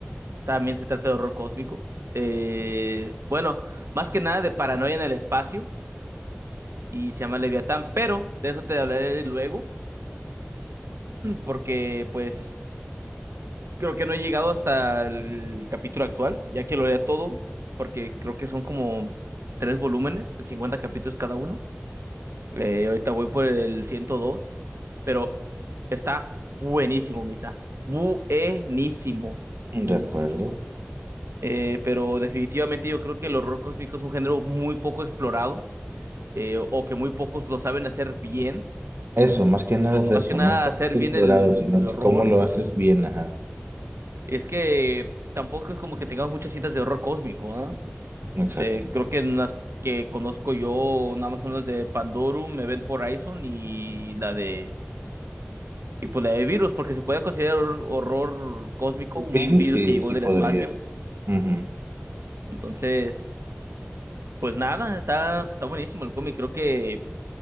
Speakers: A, on the right; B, on the right.
A: También se trata de horror cósmico. Eh, bueno, más que nada de paranoia en el espacio y se llama Leviatán, pero de eso te hablaré luego. porque pues creo que no he llegado hasta el capítulo actual, ya que lo lea todo, porque creo que son como tres volúmenes de 50 capítulos cada uno. Eh, ahorita voy por el ciento dos pero está buenísimo, Misa. Buenísimo.
B: de acuerdo.
A: Eh, pero definitivamente yo creo que el horror cósmico es un género muy poco explorado, eh, o que muy pocos lo saben hacer bien.
B: Eso, más que nada es eso,
A: Más que nada
B: no está
A: hacer
B: explorado,
A: bien el,
B: sino
A: el
B: que
A: horror,
B: cómo lo haces bien, ajá.
A: Es que tampoco es como que tengamos muchas cintas de horror cósmico, ¿ah?
B: Exacto.
A: eh, creo que en las que conozco yo, nada más son las de Pandorum, Event Horizon y la de. Y pues la de virus, porque se puede considerar hor- horror cósmico,
B: Virus
A: un virus
B: sí,
A: que llegó
B: sí
A: del
B: podría.
A: espacio.
B: Ujú,
A: Entonces, pues nada, está, está buenísimo el cómic. Creo que,